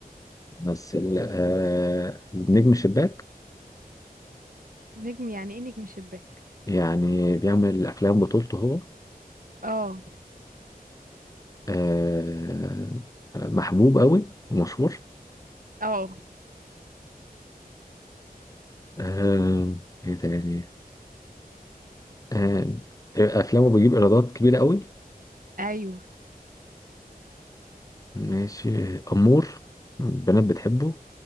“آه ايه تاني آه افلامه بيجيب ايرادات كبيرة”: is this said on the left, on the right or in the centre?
Left